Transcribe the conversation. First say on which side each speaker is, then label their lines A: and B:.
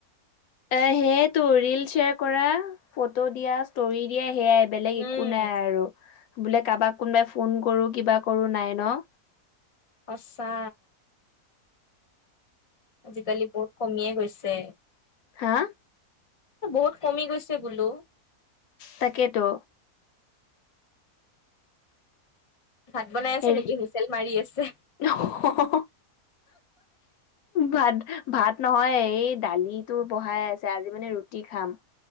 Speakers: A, on the left; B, on the left.
A: এ, সেইটো ৰীল শ্বেয়াৰ কৰা, ফটো দিয়া, ষ্টৰি দিয়া। সেইয়াই বেলেগ
B: উম
A: একো নাই আৰু। বোলে, কাৰোবাক কোনোবাই ফোন কৰোঁ, কিবা কৰোঁ নাই ন'।
B: আচ্ছা! আজিকালি বহুত কমিয়ে গৈছে।
A: হা!
B: বহুত কমি গৈছে বোলো।
A: তাকেতো।
B: ভাত বনাই আছে
A: হেৰি
B: নেকি হুইচেল মাৰি আছে
A: <unintelligible> ভাত, ভাত নহয়। এই দালিতো বহাই আছে। আজি মানে, ৰুটি খাম।